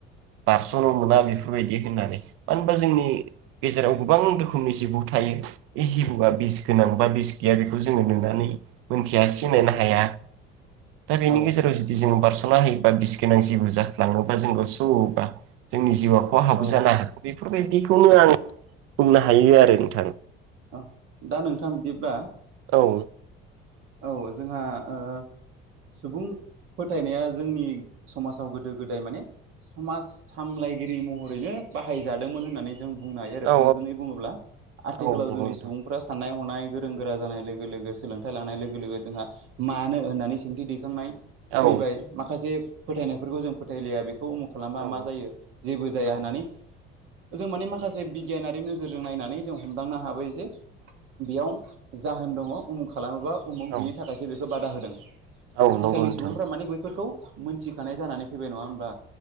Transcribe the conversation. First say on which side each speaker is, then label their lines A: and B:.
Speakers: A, on the right (about 80°); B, on the right (about 65°).
A: बारस' नो मोना बेफोरबायदि होननानै मानो होनबा जोंनि गेजेराव गोबां रो खोमनि जिबौ थायो बे जिबौआ बिस गोनां बा बिस गैया बेखौ जोङो नुनानै मोनथियासिनो बेनो हाया। दा बिनि
B: औ
A: गेजाव जि बारस'ना होयोबा बिस गोनां जिबौ जाफ्लाङोबा जोंखौ सौवोबा जोंनि जिउआव खहाबौ
B: औ
A: जानो हागौ बेफोरबायदिखौनो आं बुंनो हायो आरो नोंथां
B: औ दा नोंथां बिदिब्ला
A: औ
B: औ जोंहा ओ सुबुं फोथायनाया जोंनि समाजाव गोदो गोदाय माने समाज सामलायगिरि महरैनो बाहायजादोंमोन होननानै जों बुंनो हायो
A: औ
B: थोंजोङै बुङोब्ला आथिखालाव
A: औ नंगौ
B: जोंनि
A: नोंथां
B: सुबुंफोरा साननाय हनाय गोरों गोरा जानाय लोगो लोगो सोलोंथाइ लानाय लोगो लोगो जोंहा मानो होननानै सोंथि दैखांनाय
A: औ
B: फैबाय माखासे फोथायनायफोरखौ जों फोथायलिया बेख बेखौ उमुख खालामबा
A: औ
B: मा जायो जेबो जाया
A: औ
B: होननानै जों माने माखासे बिगियानारि नोजोरजों नायनानै जों हमदांनो हाबाय जे बेयाव जाहोन दङ उखुग खालामोबा उमुख
A: नंगौ
B: बिनि थाखायसो बेखौ बादा होदों
A: नोंथां
B: आथिखालनि सुबुंफ्रा माने बैफोरखौ मोनथिखानाय जानानै फैबाय नङा होमबा